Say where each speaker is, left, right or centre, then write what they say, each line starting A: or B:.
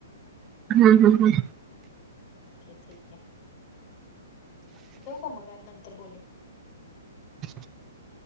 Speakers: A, on the right; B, on the left.
A: हम् हम हम्
B: ओके ठीक आहे. ठेऊ का मग आणि नंतर बोलू.
A: हं <inaudible>